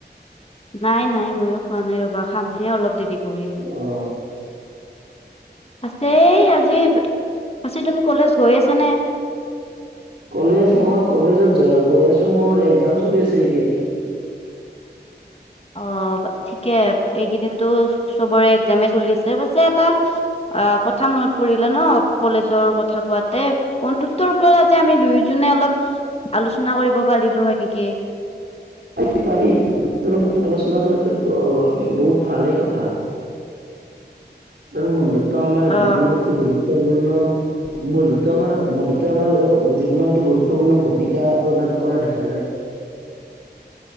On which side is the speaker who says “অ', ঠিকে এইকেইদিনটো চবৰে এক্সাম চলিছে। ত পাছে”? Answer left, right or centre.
Left